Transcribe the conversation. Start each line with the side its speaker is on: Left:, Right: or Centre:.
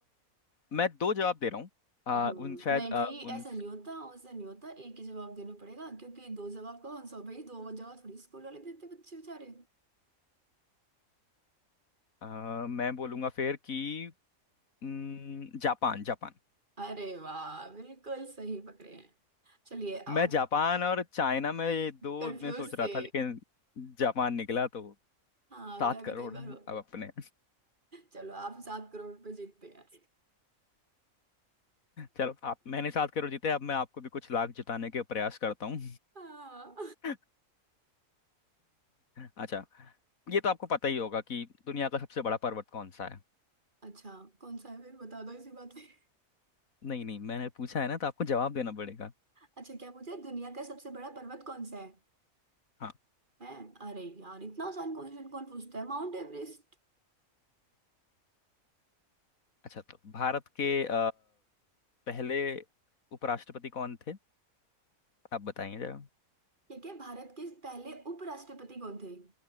Left: मैं दो जवाब दे रहा हूँ आ,
Right: हम्म,
Left: उन शायद
Right: नहीं
Left: आ,
Right: भाई
Left: उन
Right: ऐसा नहीं होता वैसा नहीं होता एक ही जवाब देना पड़ेगा क्योंकि दो जवाब कौन सा भाई दो जवाब थोड़ी स्कूल वाले देते बच्चे बेचारे
Left: आ, मैं बोलूंगा फिर कि न, जापान जापान
Right: अरे वाह बिल्कुल सही पकड़े हैं चलिए आप
Left: मैं जापान और चाइना में ये दो
Right: कंफ्यूज
Left: में सोच रहा
Right: थे
Left: था लेकिन जापान निकला तो
Right: हाँ
Left: सात
Right: मैं
Left: करोड़
Right: भी कई बार हो-
Left: अब अपने
Right: चलो आप सात करोड़ रुपए जीतते हैं
Left: चलो आप मैंने सात करोड़ जीते अब मैं आपको भी कुछ लाख जिताने के प्रयास करता हूँ
Right: हाँ
Left: <laughs> अच्छा ये तो आपको पता ही होगा कि दुनिया का सबसे बड़ा पर्वत कौन सा है
Right: अच्छा कौन सा है फिर बता दो इसी बात पे
Left: नहीं नहीं मैंने पूछा है ना तो आपको जवाब देना पड़ेगा
Right: अच्छा क्या पूछे दुनिया का सबसे बड़ा पर्वत कौन सा है
Left: हाँ
Right: हैं अरे यार इतना आसान क्वेश्चन कौन पूछता है माउंट एवरेस्ट
Left: अच्छा तो भारत के अ, पहले उपराष्ट्रपति कौन थे आप बताइए जरा
Right: ठीक है भारत के पहले उपराष्ट्रपति कौन थे